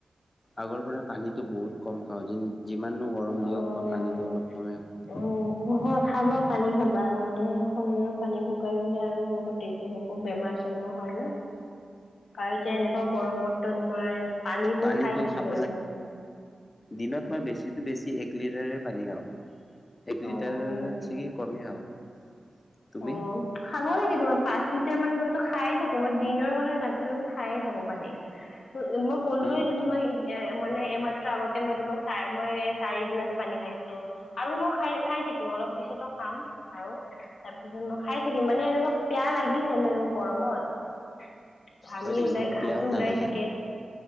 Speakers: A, on the left (about 40°); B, on the left (about 80°).
A: আগৰ পৰা পানী টো বহুত কম খাও যেন যিমাননো গৰম দিয়ক
B: অ
A: বা পানীটো অলপ কমেই হওক
B: উম, নহয় খাবা পানী খাবা নহ'লে শৰীৰৰ পানী শুকাই গলে আৰু বহুত দিগদাৰি হ'ব। বেমাৰ -চেমাৰ হয় ন? আৰু এতিয়া এনেকুৱা গৰমত ত তোমাৰ পানীবোৰ
A: পানীটো
B: খাই থাকিব
A: খাব
B: লাগে।
A: দিনত মই বেছিতো বেছি কি এক লিটাৰে পানী খাওঁ, এক লিটাৰ
B: অ', হয় নেকি?
A: চাগে কমেই খাওঁ। তুমি
B: অ খাব লাগে তোমাৰ পাঁচ লি তাৰ মাণ খায় থাকো মই দিনৰ পৰা ৰাতিলৈকে খায়ে থাকো পানী। মই ক'লোয়ে
A: উম
B: যে তোমাৰ ই এ মানে এমাত্ৰ আগতে মই তোমাক চাই মই চাৰিগিলাচ পানী খাইছো, আৰু মই খাই খাই থাকিম। অলপ পিছতো খাম আৰু তাৰপিছত মই খাই থাকিম মানে এনেকুৱা পেয়াহ লাগি থাকে ন'এনেও গৰমত। ঘামি
A: হয় নেকি
B: ওলাই
A: মোক
B: ঘামটো
A: পিয়াও নালাগে
B: ওলাই থাকে।